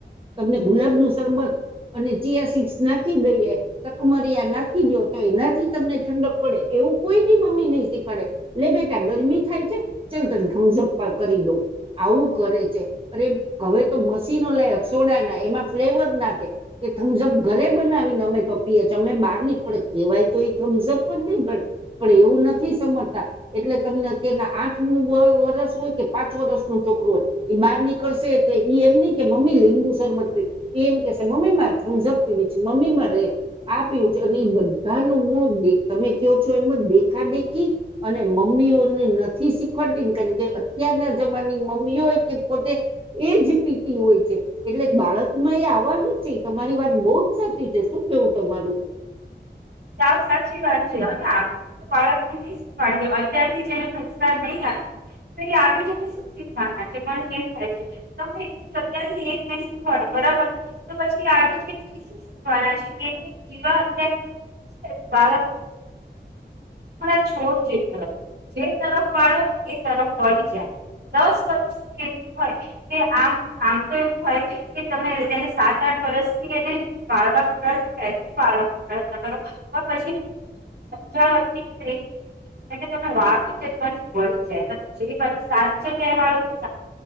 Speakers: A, on the right; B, on the right.
A: તમને ગુલાબનું શરબત અને ચીયા સી્સ નાખી દઈએ. તકમરિયા નાખી દો તો એનાથી તમને ઠંડક પડે, એવું કોઈની મમ્મી નહીં શીખવાડે. લે બેટા ગરમી થાય છે, ચલ તને થમઝપ કરી દઉ. આવું કરે છે. અરે! હવે, તો મશીનો લે સોડાના એમાં ફ્લેવર નાખે. કે થમ્સઅપ ઘરે બનાવીને અમે તો પીએ. અમે બહાર હી પડે કહેવાય તો એ થમ્સઅપ પણ નહી. પણ એવું નથી સમજતા એટલે તમને અત્યારના આઠમું બ વરસ હોય. કે પાંચ વર્ષનો છોકરો હોય, એ બહાર નીકળશે એટલે ઈ એમની કે મમ્મી લીંબુ શરબત એ એમ કેહશે, મમ્મી મારે થમ્સઅપ પીવી છે. મમ્મી મારે આ પીવું છે અને એ બધાનું મૂળ તમે કહો છો? એમાં દેખા દેખી અને મમ્મીઓને નથી શીખવાડતી ને કેમ કે અત્યારના જમાની મમ્મીઓ હોય, તે પોતે એજ પીતી હોય છે. એટલે બાળકમાં એ આવવાનું જ છે, તમારી વાત બહુ જ સાચી છે. શું કેવું તમારું?
B: સાવ સાચી વાત છે. હા. તો બાળકને નહી શીખવાડય, અત્યારથી જેને સંસ્કાર નહી આપ્યો. તો એ આગળ જઈ ને શું શીખવાના છે? પણ એ થાય છે. તમે અત્યારથી એજ નઈ શીખવાડે બરાબર. તો પછી આડ શીખવાના છે. જેવા અત બાળ ત છોટ જખ- જે તરફ વાળો, એ તરફ વળી જાય. દસ વર્ષું કેવું હોય? કે આમ, આમ તો એવું હોય. કે તમે એને સાત આઠ વર્ષથી એને વાળવાનો પ્રયત્ન પહેરીથી વાળવાનો પ્રયત્ન કરો. પણ પછી સમજાવાથી. <unintelligible> એટલે તમે વાળતું એક બાછુ વળી જાય, જે બાજુ સારી જગ્યાએ વાળું